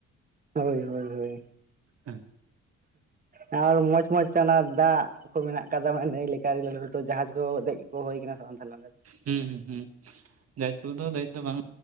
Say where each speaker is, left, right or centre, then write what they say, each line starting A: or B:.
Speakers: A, on the right; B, on the right.
A: ᱦᱳᱭ ᱦᱳᱭ ᱦᱳᱭ
B: ᱦᱩᱸ
A: ᱮ-ᱦᱮᱸ ᱟᱨ ᱢᱚᱸᱡᱽ ᱢᱚᱸᱡᱽ ᱛᱮ ᱚᱱᱟ ᱫᱟᱜ ᱠᱚ ᱢᱮᱱᱟᱜ ᱠᱟᱫᱟ, ᱢᱟᱱᱮ ᱱᱟᱹᱭ ᱞᱮᱠᱟ ᱟᱹᱰᱤ ᱞᱟᱹᱴᱩ ᱞᱟᱹᱴᱩ ᱡᱟᱦᱟᱡᱽ ᱠᱚ ᱫᱮᱡ ᱠᱚ ᱦᱩᱭ ᱟᱠᱟᱱᱟ ᱥᱮ ᱵᱟᱝ ᱛᱟᱦᱚᱞᱮ ᱚᱸᱰᱮ ᱫᱚ?
B: ᱦᱩᱸ ᱦᱩᱸ ᱦᱩᱸ ᱡᱟᱦᱟᱡᱽ ᱠᱚᱨᱮ ᱫᱚ ᱫᱮᱡ ᱫᱚ ᱵᱟᱝ